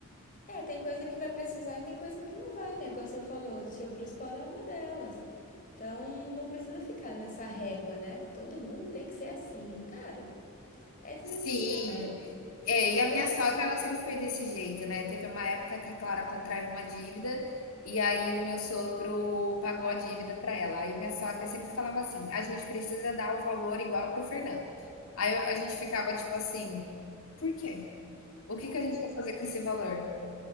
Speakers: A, on the left; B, on the left.
A: É, tem coisa que vai precisar e tem coisa que não vai, né? Como você falou, sobre escola é uma delas. Então, não precisa ficar nessa régua, né? Todo mundo tem que ser assim. Cara, é desnecessário.
B: Sim, É,
A: Fora
B: e a minha
A: que-
B: sogra, ela sempre foi desse jeito, né. Teve uma época que a Clara contraiu uma dívida, e aí o meu sogro pagou a dívida para ela. Aí minha sogra sempre falava assim: "A gente precisa dar o valor igual para o Fernando". Aí eu- a gente ficava tipo assim: "Por quê? O que que a gente vai fazer com esse valor?